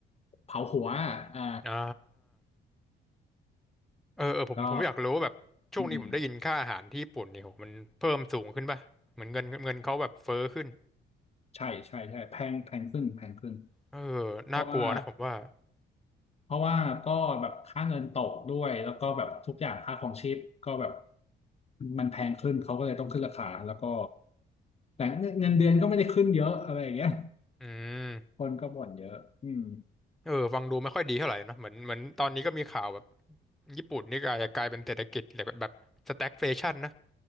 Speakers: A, on the left (about 30°); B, in the centre.
A: เผาหัวอ่า
B: อ่าเออเออผมผมอยากรู้ว่าแบบช่วงนี้ผมได้ยินค่าอาหารที่ญี่ปุ่นนี่โหมันเพิ่มสูงขึ้นป่ะเหมือนเงินเงินเขาแบบเฟ้อขึ้น
A: ก็อืมอืมใช่ใช่ใช่แพงแพงขึ้นแพงขึ้น
B: เออ
A: เพราะว่า
B: น่ากลัวนะผมว่า
A: เพราะว่าก็แบบค่าเงินตกด้วยแล้วก็แบบทุกอย่างค่าของชีพก็แบบมันแพงขึ้นเขาก็เลยต้องขึ้นราคาแล้วก็แต่เงินเดือนก็ไม่ได้ขึ้นเยอะอะไรอย่างเงี้ย
B: อืม
A: <laughs> คนก็บ่นเยอะอืม
B: เออ ฟังดูไม่ค่อยดีเท่าไหร่เนอะเหมือนเหมือนตอนนี้ก็มีข่าวแบบญี่ปุ่นนี่กลายกลายเป็นเศรษฐกิจแบบแบบสแต็กเฟชั่นนะ